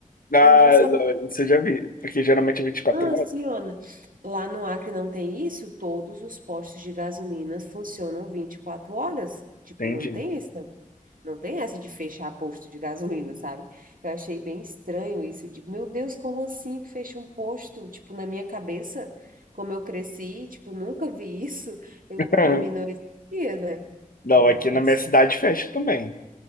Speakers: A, on the left; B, on the right.
A: Ah,
B: Eu nem
A: não, isso eu já vi, porque geralmente é 24
B: não,
A: horas,
B: assim, Ana, lá no Acre não tem isso? Todos os postos de gasolina funcionam 24 horas. Tipo,
A: entende?
B: não tem esse negócio. Não tem essa de fechar posto de gasolina, sabe? Eu achei bem estranho isso. Eu digo, meu Deus, como assim que fecha um posto? Tipo, na minha cabeça, como eu cresci, tipo, nunca vi isso. Eu,
A: <laughs>
B: pra mim não existia, né?
A: Não,
B: Mas,
A: aqui na minha cidade fecha também.